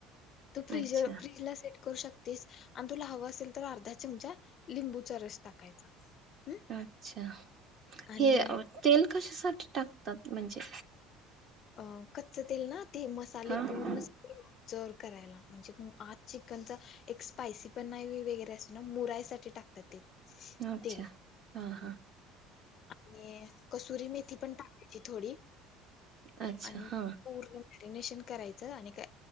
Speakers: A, on the left (about 45°); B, on the right (about 40°).
A: तू फ्रीजर
B: अच्छा
A: फ्रीजला सेट करू शक तेस आणि तुला हवं असेल तर अर्धा चमचा लिंबूचा रस टाकायचा. हम्
B: अच्छा!
A: आणि
B: हे तेल कशासाठी टाकतात म्हणजे
A: अ कच्च तेल ना ते मसाले
B: हा
A: पूर्ण जोर करायला म्हणजे म आज चिकनचा एक स्पायसी पण नाही वगरै असत ना मुरायसाठी टाकतात ते
B: अच्छा
A: तेल
B: हा
A: हम्म.
B: हा.
A: आणि कसुरी मेथी पण टाकायची थोडी
B: अच्छा
A: आणि
B: हा
A: पूर्ण मॅरिनेशन करायचं आणि काय